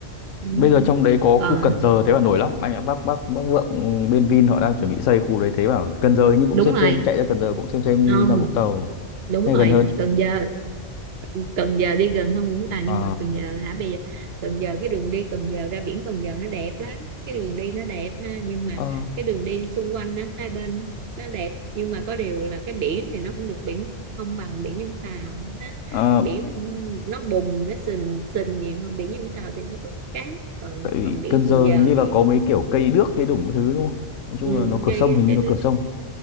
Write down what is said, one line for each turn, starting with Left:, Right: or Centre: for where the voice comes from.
Right: Ừ.
Left: bây giờ trong đấy có
Right: còn
Left: khu Cần Giờ thế bảo nổi lắm anh ạ bác bác bác Vượng ừ, bên Vin họ đang chuẩn bị xây khu đấy thế bảo Cần Giờ hình như cũng
Right: đúng
Left: xem
Right: rồi
Left: xem chạy ra Cần Giờ cũng xem xem
Right: không
Left: như ra Vũng Tàu
Right: đúng
Left: hay
Right: rồi
Left: gần hơn
Right: Cần Giờ Cần Giờ đi gần hơn Vũng Tàu nhưng
Left: ờ
Right: mà Cần Giờ hả bây giờ Cần Giờ cái đường đi Cần Giờ ra biển Cần Giờ nó đẹp lắm cái đường đi nó đẹp ha nhưng mà
Left: ờ
Right: cái đường đi xung quanh á hai bên nó đẹp nhưng mà có điều là cái biển thì nó không được biển không bằng biển Vũng Tàu nó,
Left: ờ,
Right: biển nó không, nó bùng nó sình sình nhiều hơn biển Vũng Tàu thì nó có cát còn
Left: tại vì
Right: còn biển
Left: Cần Giờ
Right: Cần Giờ
Left: hình như là
Right: thì
Left: có mấy kiểu cây đước cây đủng cái thứ đúng không nói chung
Right: ừ,
Left: là nó cửa
Right: cái
Left: sông hình như
Right: cái
Left: nó
Right: đó
Left: cửa sông